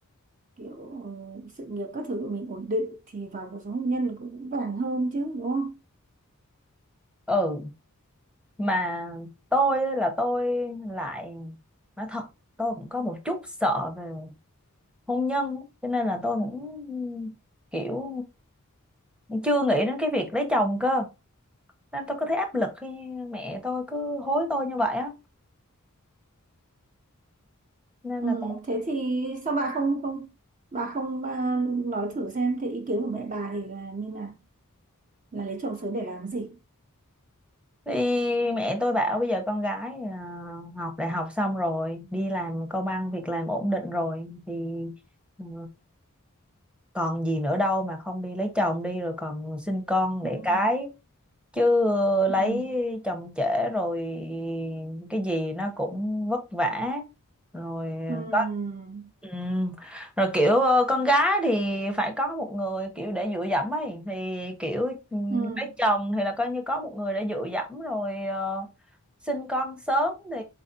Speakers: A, on the right; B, in the centre.
A: kiểu ừ, sự nghiệp các thứ của mình ổn định thì vào cuộc sống hôn nhân cũng vững vàng hơn chứ đúng không
B: ừ mà tôi á, là tôi lại nói thật tôi cũng có một chút sợ về hôn nhân á, cho nên là tôi cũng kiểu chưa nghĩ đến cái việc lấy chồng cơ nên tôi có thấy áp lực khi mẹ tôi cứ hối tôi như vậy á nên
A: Ừm,
B: là tôi
A: thế thì sao bà không không bà không à, nói thử xem thì ý kiến của mẹ bà thì là như là là lấy chồng sớm để làm gì
B: thì mẹ tôi bảo bây giờ con gái là học đại học xong rồi đi làm công ăn việc làm ổn định rồi thì ừ, còn gì nữa đâu mà không đi lấy chồng đi rồi còn sinh con
A: Ừm,
B: đẻ cái chứ ờ, lấy
A: ừm,
B: chồng trễ rồi cái gì nó cũng vất vả rồi
A: ừm,
B: ờ, có ừ. rồi kiểu ờ, con gái thì phải có một người kiểu để dựa dẫm ấy thì kiểu ừ,
A: ừm,
B: lấy chồng thì là coi như có một người để dựa dẫm rồi ờ, sinh con sớm thì